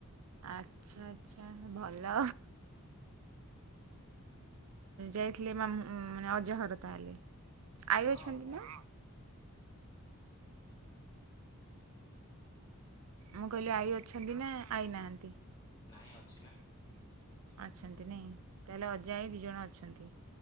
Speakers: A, on the right; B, on the left.
A: ଆଚ୍ଛା ଆଛା ଭଲ। ଅ ଯାଇଥିଲେ ମାମ ମାନେ ଅଜାଘର ତାହେଲେ। ଆଈ
B: ହଁ
A: ଅଛନ୍ତି
B: ଅଜା ଘର
A: ନା?
B: ଯାଇଥିଲି।
A: ମୁଁ କହିଲି ଆଈ ଅଛନ୍ତି ନା ଆଈ ନାହାନ୍ତି?
B: ନାଇଁ ଅଛି ନା
A: ଅଛନ୍ତି ନାଇଁ ତାହେଲେ ଅଜା, ଆଈ ଦିଜଣ ଅଛନ୍ତି।